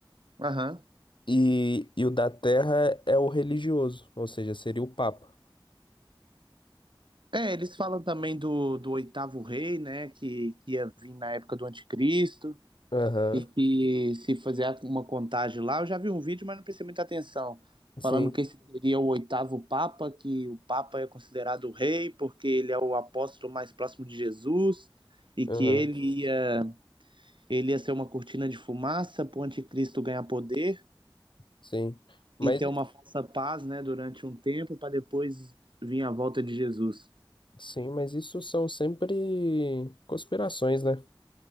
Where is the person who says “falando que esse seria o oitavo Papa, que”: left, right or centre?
Right